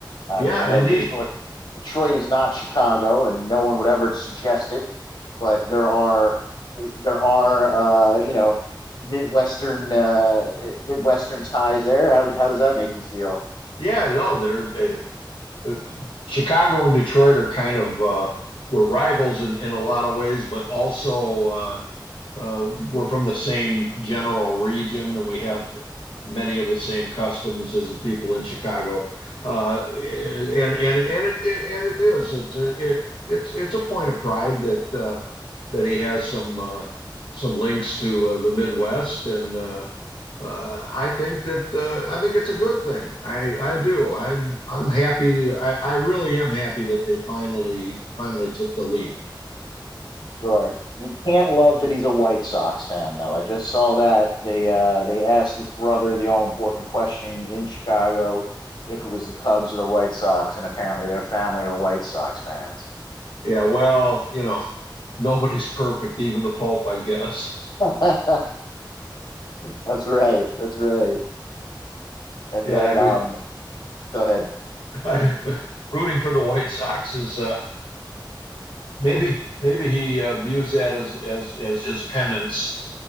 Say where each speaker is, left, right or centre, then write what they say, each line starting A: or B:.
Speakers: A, on the left (about 65°); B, on the left (about 80°).
A: I
B: Yeah,
A: mean, I know
B: indeed.
A: Detroit
B: <laughs>
A: Detroit is not Chicago, and no one would ever suggest it, but there are there are uh, you know Midwestern uh, Midwestern ties there. How does how does that make you feel?
B: Yeah, no, there's uh, uh, Chicago and Detroit are kind of uh, were rivals in in a lot of ways, but also uh, uh, we're from the same general region and we have many of the same customs as the people in Chicago. Uh, and and and it, it and it is it's uh, it it's it's a point of pride that uh, that he has some uh, some links to uh, the Midwest and. Uh, uh, I think that uh, I think it's a good thing. I I do. I'm I'm happy. I I really am happy that they finally finally took the leap.
A: Sure. You can't love that he's a White Sox fan, though. I just saw that they uh they asked his brother the all important question in Chicago if it was the Cubs or the White Sox, and apparently their family are White Sox fans.
B: Yeah, well, you know, nobody's perfect, even the Pope, I guess.
A: <laughs> That's right. That's right. And
B: Yeah,
A: then
B: I mean,
A: um go ahead.
B: I, rooting for the White Sox is uh, maybe maybe he uh, views that as as as his penance.